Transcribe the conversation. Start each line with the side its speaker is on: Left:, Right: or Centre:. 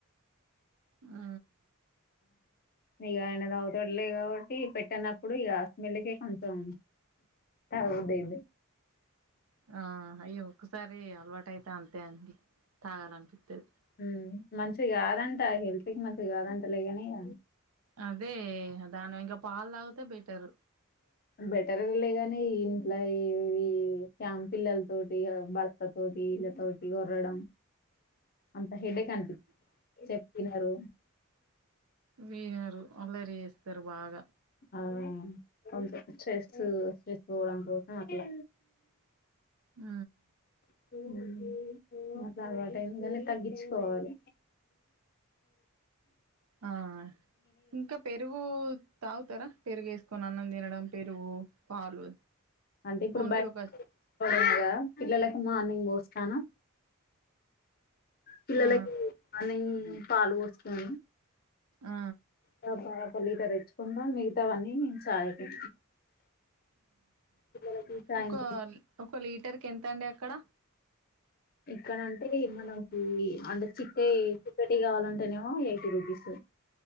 Right: ఆ
Left: ఇగ ఆయన దావుతడలే కాబట్టి పెట్టన్నప్పుడు ఇగ స్మెల్కే కొంచెం తాగబుద్ధి అయ్యిద్ది
Right: ఆ అయ్యో ఒక్కసారి అలవాటు అయితే అంతే అండి తాగాలనిపిత్తది
Left: ఉ మంచిది గాదంట హెల్త్ కి మంచిది గాదంటలే గాని ఇగ
Right: అదే దానివి ఇంక పాల్దాగితే బెటరు
Left: బెటరేలే గనీ ఇంట్ల ఇవి ఫ్యామ్ పిల్లల్తోటి అ వాళ్లతోటి ఈల్ల తోటి ఒర్రడం అంత హెడేక్ అనిపి చెప్తినరు
Right: వినరు అల్లరి జేస్తరు బాగ
Left: అవును కొంచం స్ట్రెస్సూ స్ట్రెస్ పోవడం కోసం అట్ల
Right: ఊ
Left: <inaudible> అట్ట అలవాటైంది గని తగ్గిచ్చుకోవాలి
Right: ఆ ఇంక పె రుగూ తాగుతరా పెరుగేసుకొని అన్నం దినడం పెరుగు పాలు
Left: అంటిప్పుడు
Right: ఓన్లీ
Left: బయటి
Right: ఒక
Left: ఫుడ్ పడదుగా పిల్లలకు మార్నింగ్ బోస్తాన పిల్లలకు
Right: ఆ
Left: మార్నింగ్ పాలు పాలు బోస్తాను
Right: ఆ
Left: గ పాలొక్క లీటరు తెచ్చుకుంటం మిగతావన్నీ చాయకి పిల్లలకి సాయంత్రం
Right: ఒకా ఒక లీటర్కెంతండి అక్కడ
Left: ఇక్కడంటీ మనకి అంటే చీక్కయి చీక్కటియి కావాలంటెనేమో ఎయిటీ రూపీసు